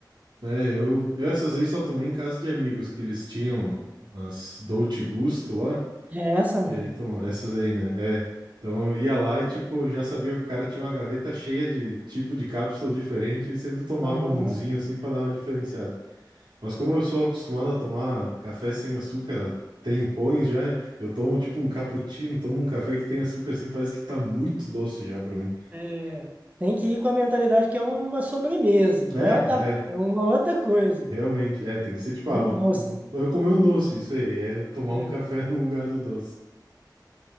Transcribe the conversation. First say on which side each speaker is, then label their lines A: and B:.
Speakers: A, on the right (about 75°); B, on the right (about 20°).
A: É, eu, eu essas aí só tomei em casa de amigos, que eles tinham as Dolce Gusto lá,
B: É essa mesmo.
A: E aí, então, essas aí, né? É. Então eu ia lá e, tipo, já sabia que o cara tinha uma gaveta cheia de tipo de cápsula diferente e sempre tomava
B: Aham.
A: umzinho assim pra dar uma diferenciada. Mas como eu sou acostumado a tomar café sem açúcar, tem pões já, eu tomo tipo um cappuccino, tomo um café que tem açúcar assim, parece que tá muito doce já pra mim.
B: É, tem que ir com a mentalidade que é uma sobremesa, não
A: É,
B: é um café,
A: é,
B: é uma outra coisa,
A: realmente,
B: velho.
A: é, tem que ser tipo,
B: É
A: ah,
B: um
A: vou,
B: doce.
A: vou eu comer um doce, isso aí, é tomar
B: É.
A: um café <laughs> no lugar do doce.